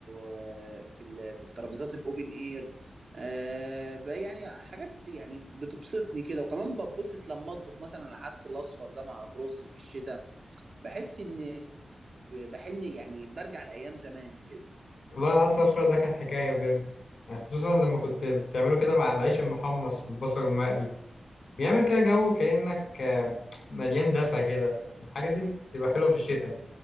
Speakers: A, on the right; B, on the left.
A: آه، في ال- في الترابيزات الاوبن اير آه، بقى يعني حاجات يعني بتبسطني كده وكمان بتبسط لما اطبخ مثلا العدس الاصفر ده مع الرز في الشتاء بحس ان بحن يعني برجع لايام زمان كده
B: والله العسل الأسود ده كان حكاية بجد يعني خصوصا لما كنت بتعمله كده مع العيش المحمص والبصل المقلي بيعمل كده جو كأنك آه، مليان دفى كده الحاجات دي بتبقى حلوة في الشتاء